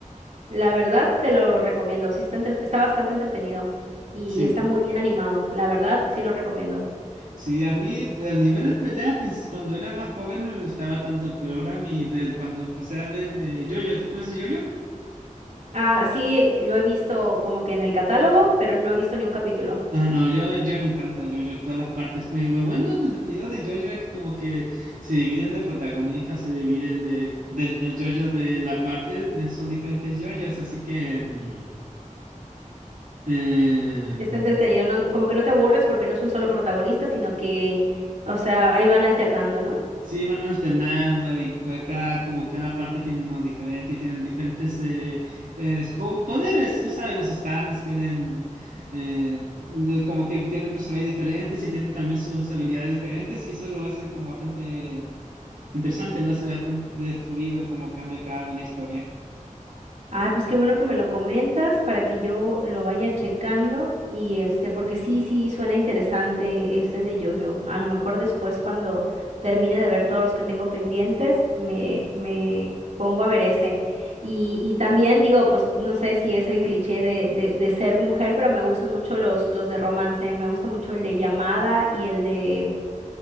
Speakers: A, on the right; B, on the right.
A: La verdad te lo recomiendo, sí está, entre- está bastante entretenido y
B: Sí,
A: y está muy bien animado, la verdad sí lo recomiendo.
B: sí, a mí de anime de pelea pues, cuando era más joven no me gustaba tanto, pero ahora mi, de, cuando empecé a ver de JoJo, ¿tú conoces JoJo?
A: Ah, sí, lo he visto como que en el catálogo, pero no he visto ni un capítulo.
B: Ah, no, yo, yo me encanta JoJo, todas las partes. Me- Lo bueno, lo entretenido de JoJo es que como que se dividen de protagonistas, se dividen de, del el JoJo de la parte, de- son diferentes JoJos, así que... mm, em,
A: Está entretenido, no, no- como que no te aburres porque no es un solo protagonista, sino que, o sea, ahí van alternando, ¿no?
B: Sí, van alternando y ca- cada, como cada parte tiene uno diferente y tienen diferentes eh, eh, po- poderes, tú sabes, los stands tienen eh, de- como que tienen personalidades diferentes y tienen también sus habilidades diferentes y eso lo hace como bastante interesante, lo hace bastante fluido como cambia cada vez la historia.
A: Ay, pues qué bueno que me lo comentas para que yo lo vaya checando y este, porque sí, sí, suena interesante ese de yo-yo. A lo mejor después cuando termine de ver todos los que tengo pendientes, me, me pongo a ver ese. Y, y también digo, pues no sé si es el cliché de, de, de ser mujer, pero me gustan mucho los, los de romance. Me gusta mucho el de llamada y el de,